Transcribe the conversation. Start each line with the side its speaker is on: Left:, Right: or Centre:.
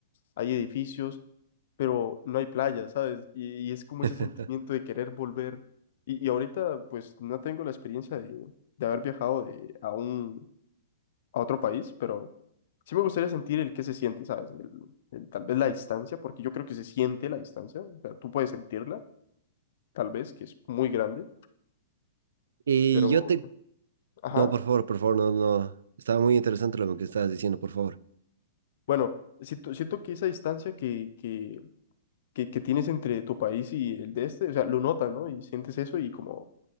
Left: hay edificios, pero no hay playa, ¿sabes? Y, y es como
Right: <laughs>
Left: ese sentimiento de querer volver. Y, y ahorita, pues, no tengo la experiencia de, de haber viajado de, aún a otro país, pero sí me gustaría sentir el que se siente, ¿sabes? El, el- tal vez la distancia, porque yo creo que se siente la distancia, o sea, tú puedes sentirla, tal vez, que es muy grande,
Right: Y
Left: pero,
Right: yo te,
Left: ajá,
Right: no, por favor, por favor, no, no, estaba muy interesante lo que estabas diciendo, por favor.
Left: bueno, siento, siento que esa distancia que, que, que, que tienes entre tu país y el de este, o sea, lo notas, ¿no? Y sientes eso y como,